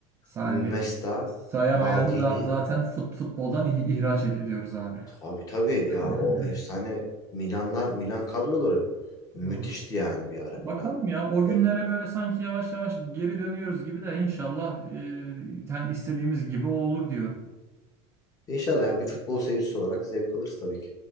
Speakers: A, on the right (about 15°); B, on the left (about 20°).
A: Yani
B: Nesta,
A: sayamayanı
B: Maldini,
A: za- zaten fut futboldan ih- ihraç ed- ediyoruz abi.
B: Tabii tabii
A: <laughs>
B: ya o efsane Milanlar Milan kadroları müthişti
A: Hı
B: yani bir ara
A: Bakalım
B: Milan.
A: ya o günlere
B: E,
A: böyle sanki yavaş yavaş geri dönüyoruz gibi de inşallah e, yani istediğimiz gibi o olur diyorum.
B: İnşallah ya bir futbol seyircisi olarak zevk alırız tabii ki.